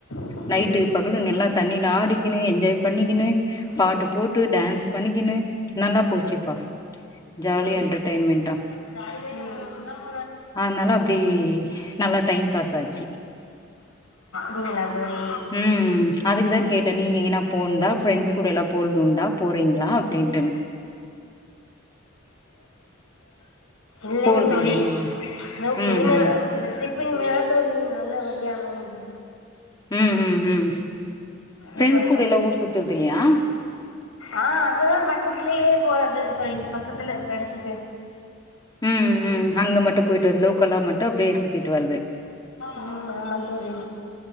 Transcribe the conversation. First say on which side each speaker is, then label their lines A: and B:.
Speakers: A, on the left (about 85°); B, on the left (about 20°).
A: ம்
B: நைட்டு பகலு நல்லா தண்ணியில ஆடிக்கினு என்ஜாய் பண்ணிக்கினு
A: ம்
B: பாட்டு போட்டு டான்ஸ் பண்ணிக்கினு நல்லா போச்சுப்பா ஜாலியா
A: ம்
B: என்டர்டெயின்மெண்டா
A: ம்
B: அதுனால அப்டி நல்லா டைம் பாஸ் ஆச்சு
A: தூங்னிங்ளா தோழி
B: ம் அதுக்குதா கேட்டே நீங்க எங்கனா போண்டா ஃப்ரெண்ட்ஸ் கூட எல்லா போறதுண்டா போறிங்ளா அப்டின்ட்டு
A: இல்லைங்க
B: போறது
A: தோழி
B: இல்லையா நீங்க
A: ந
B: ம்
A: இனிமேல்தா
B: ம்
A: இந்த ட்ரிப்பு இனிமேதா தோழி நீங்க நல்ல வடியா வருவிங்க
B: ம் ம் ம் ஃப்ரெண்ட்ஸ்
A: ஆமா
B: கூட
A: தோழி
B: எல்லா ஊர் சுத்துறது இல்லையா
A: ஆ அதுதா பக்கத்துலயே போறது தோழி பக்கத்துல இருக்ற எடத்துக்கு
B: ம் ம் அங்க மட்டு போயிட்டு வரது லோக்கல்லா மட்டு அப்டியே சுத்திட்டு வரது
A: ம் ஆமா தோழி